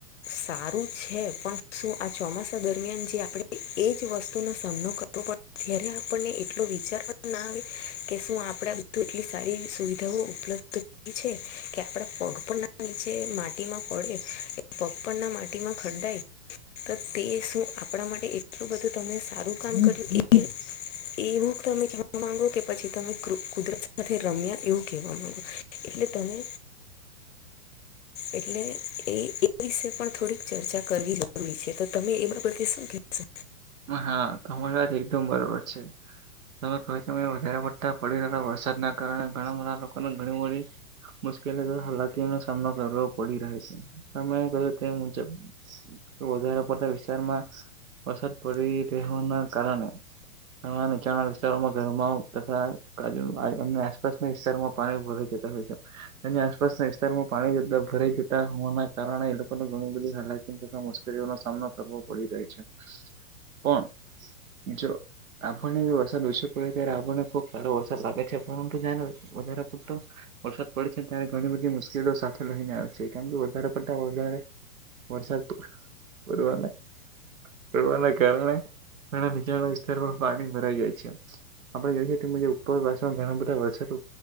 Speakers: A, on the left (about 55°); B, on the right (about 70°).
A: સારું છે પણ શું આ ચોમાસા દરમિયાન જે આપડે એજ વસ્તુનો સામનો કરવો પડ ત્યારે આપણને એટલો વિચારવામાં ના આવે કે શું આપડે તો એટલી સારી સુવિધાઓ ઉપલબ્ધ થ છે. કે આપડે પગ પણ ના છે માટીમાં પડે પગપરના માટીમાં ખરડાય તો તે શું આપડા માટે એ આટલું બધું તમે સારું કામ કર્યું એ એવું તમે કહવા માંગો કે પછી તમે કુદરત સાથે રમ્યા એવું કહેવા માંગો. એટલે તમે એટલે એ એ વિશે પણ થોડીક ચર્ચા કરવી જરૂરી છે તો તમે એ બાબતે શું કહેશો?
B: હા, તમારી વાત એકદમ બરોબર છે. તમે કહો છો કે વધારે પડતા પડે રહેલા વરસાદના કારણે ઘણા બધા લોકોને ઘણી બધી મુશ્કેલી હાલાકી સામનો કરવો પડી રહે છે. તમે કયો તે મુજબ વધારે પડતા વિસ્તારમાં વસાદ પડી રહેવાના કારણે આ નીચાણા વિસ્તારોમાં ઘરમાં તથા આમ આસપાસના વિસ્તારમાં પાણી ભરાઈ જતા હોય છે તેની આસપાસના વિસ્તારમાં પાણી જતા ભરાઈ જતા હોવાના કારણે એ લોક પણ તો ઘણી બધી હાલાકી તથા મુશ્કેલીઓનો સામનો કરવો પડી રહ્યો છે. પણ જો આપણને વરસાદ ઓછો પડે ત્યારે આપણને ખુબ સારો વરસાદ લાગે છે પણ જાને વધારે પૂરતો વરસાદ પડે છે ત્યારે ઘણી બધી મુશ્કેલી સાથે લઈને આવે છે કારણ કે વધારે પડતા વધારે વરસાદ પડવાના પડવાના કારણે ઘણા નીચાવાળા વિસ્તારમાં પાણી ભરાઈ જાય છે. આપડે જોઈ શકીએ ઉપરવાસામાં ઘણા બધા વરસાદ